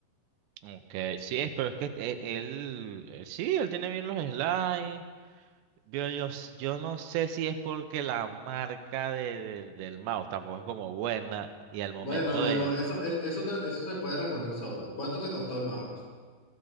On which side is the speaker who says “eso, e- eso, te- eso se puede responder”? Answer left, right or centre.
Left